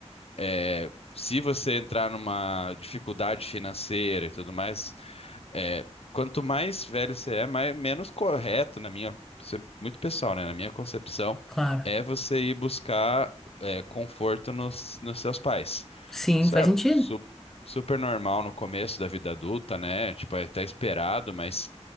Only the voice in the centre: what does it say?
claro.
Sim,
faz
sentido.